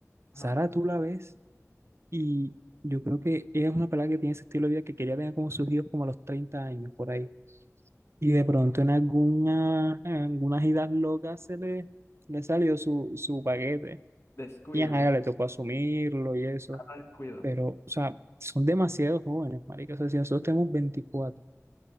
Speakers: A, on the left; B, on the right.
A: Ajá.
B: Sara tú la ves y yo creo que ella es una pelada que tiene ese estilo de vida que quería tener como sus hijos como a los 30 años, por ahí. Y de pronto en alguna, en algunas idas locas se le, le salió su, su paquete.
A: Descuido,
B: Y ajá, ya le tocó asumirlo y eso.
A: Sara descuido.
B: Pero, o sea, son demasiados jóvenes, marica. O sea, si nosotros tenemos veinticuatro